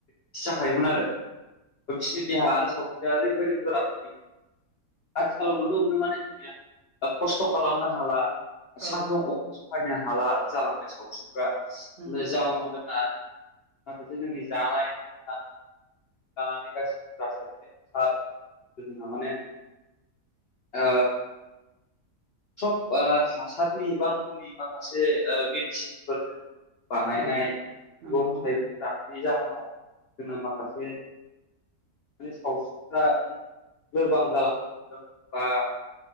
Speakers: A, on the left (about 85°); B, on the right (about 65°).
A: बि जाखायोमोन आरो बिसोरनि देहा आरो सावस्रिया ओरैबायदि गोरा थायो। आथिखालाव नुनो मोनो माने जोंनिया खस्थ' खालामनो हाला। सान्दुं
B: औ
A: अखा सहायनो हाला जालांबाय सावस्रिफ्रा।
B: नंगौ
A: जाउनाव जोंना माखासे जोंनि जानाय थानाय लानानै गासिबो रासायनारि हा जोंहा माने ओ सब हासारनि बा मुलि माखासे ओ मेडिसिनफोरजों बानायनाय
B: औ
A: मैगं
B: नंगौ
A: थाइगं जानायनि जाहोनाव जोंना माखासे माने सावस्रिफ्रा लोरबां जालांदों बा